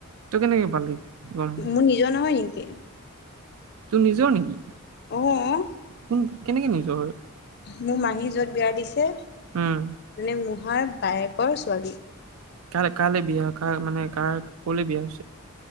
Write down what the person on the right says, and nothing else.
তই কেনেকে পালি? গম
তোৰ নিজৰ নেকি? কোন,
কেনেকে নিজৰ হয়?
উম
কাল, কাললৈ বিয়া কাৰ মানে কাৰ, কলে বিয়া হৈছে।